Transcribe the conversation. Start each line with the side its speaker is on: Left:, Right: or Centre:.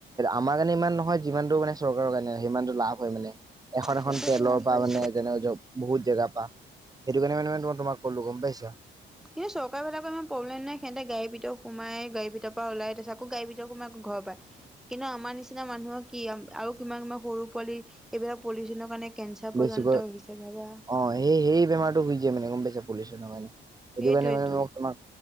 Right: আমাৰ কাণে ইমান নহয় যিমানটো মানে চৰকাৰ কাৰণে হিমানতটো লাভ হয় মানে। এখন-এখন
Centre: সেইটোতো
Right: তেলৰ
Centre: গম
Right: পা
Centre: পাইছো।
Right: মানে যেনেৱ যৌপ বহুত জেগা পা সেইটো কাৰণে মানে-মানে তোমা-তোমাক ক'লো গম পাইছা।
Centre: কিন্তু চৰকাৰবিলাকৰ ইমান প্ৰবলেম নাই সেহতে গাড়ী ভিতৰত সোমাই, গাড়ী ভিতৰৰ পা ওলাই তাপিছত আকৌ গাড়ী ভিতৰত সোমাই আকৌ ঘৰ পায়। কিন্তু আমাৰ নিচিনা মানুহৰ কি আ-আও কিমান- কিমান সৰু পোৱালি এবিলাক পলিথিনৰ কাৰণে কেঞ্চাৰ পৰ্যন্ত
Right: বেছিকৈ
Centre: হৈছে ভাবা
Right: অ' সেই সেই বেমাৰটো হই যায় মানে। গম পাইছ? পলিউচন কাৰণে এইটো
Centre: সেইটোৱেটো।
Right: কাৰণে মানে মই তোমাক